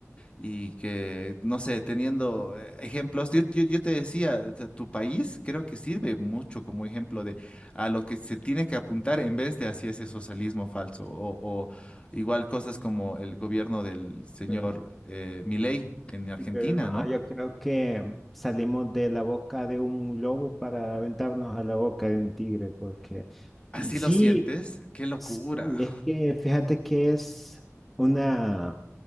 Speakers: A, on the left (about 20°); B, in the centre.
A: y que, no sé, teniendo eh, ejemplos, yo, yo- yo te decía, o sea, tu país creo que sirve mucho como ejemplo de a lo que se tiene que apuntar en vez de hacia ese socialismo falso o, o igual cosas como el gobierno del
B: <laughs>
A: señor
B: Pero
A: eh, Milei en Argentina,
B: Pero no,
A: ¿no?
B: yo creo que salimos de la boca de un lobo para aventarnos a la boca de un tigre, porque
A: Así
B: sí,
A: lo sientes, qué locura.
B: sí, es que fíjate que es una